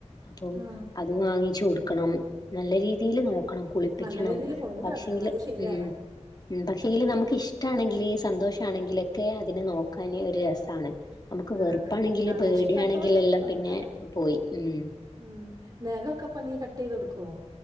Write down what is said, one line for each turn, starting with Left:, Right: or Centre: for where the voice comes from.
Left: അപ്പോ
Right: ഉം
Left: അത് വാങ്ങിച്ചു കൊടുക്കണം നല്ല രീതില് നോക്കണം കുളിപ്പിക്കണം
Right: നല്ല രീതിയിൽ കൊണ്ട്
Left: പക്ഷിങ്കില്
Right: നടക്കണം അത് ശരിയാണ്
Left: ഉം ഉം പക്ഷ ങ്കില് നമുക്കിഷ്ടാണെങ്കില് സന്തോഷാണെങ്കിലൊക്കെ അതിനെ നോക്കാന് ഒരു രസാണ് നമുക്ക്
Right: ആ
Left: വെറുപ്പാണെങ്കില്
Right: അതെ അതെ
Left: പേടിയാണെങ്കിലെല്ലാം
Right: ഇഷ്ടത്തോടെ നോക്കാം
Left: പിന്നെ പോയി ഉം
Right: ഉം നഖോക്ക ഇപ്പ നി കട്ട് ചെയ്ത് കൊടുക്കുവോ